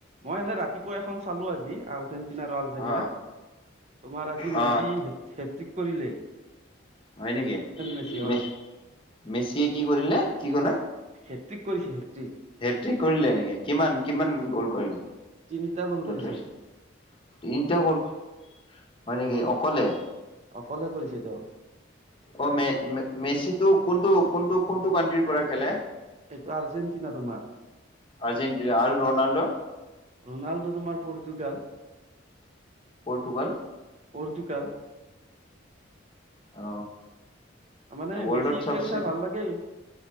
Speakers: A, on the right (about 35°); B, on the left (about 25°).
A: মই এনে ৰাতিপুৱা এখন চালোঁ আজি আৰ্জেণ্ট আৰু আলজেৰিয়া
B: অ
A: তোমাৰ হেৰি
B: অ
A: মেছি <unintelligible> কৰিলে।
B: হয় নেকি
A: মেছি
B: মে
A: অ'!
B: মেচিয়ে কি কৰিলে কি ক'লে
A: হেট্ৰিক কৰিছে হেট্ৰিক।
B: হেট্ৰিক কৰিলে নেকি! কিমান, কিমান গোল কৰিলে?
A: তিনিটা গ'ল কৰিছে
B: তিনিটা গোল। হয় নেকি
A: অ
B: অ'কলে?
A: অকলে কৰিছে তেওঁ
B: অ'! মে মেছিটো কোনটো কোনটো, কোনটো কাউন্ট্ৰী পৰা খেলে?
A: এইটো আৰ্জেণ্টিনা তোমাৰ।
B: আৰ্জেণ্টিনা আৰু ৰনাল্ডো
A: ৰোনাল্ডো তোমাৰ, পৰ্তুগাল।
B: পৰ্তুগাল।
A: পৰ্তুগাল।
B: অ
A: মানে,
B: ৱৰ্ল্ডত
A: মেছি
B: চবচে
A: খেল চাই ভাল লাগে।